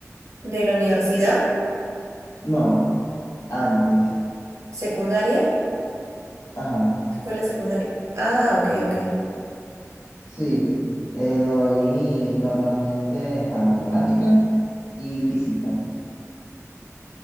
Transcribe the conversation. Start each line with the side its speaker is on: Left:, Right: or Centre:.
Right: de la universidad
Left: No, antes.
Right: secundaria.
Left: Ajá,
Right: Escuela secundaria. Ah, ok, ok.
Left: sí. Eh, doy normalmente ajá, matemática y física,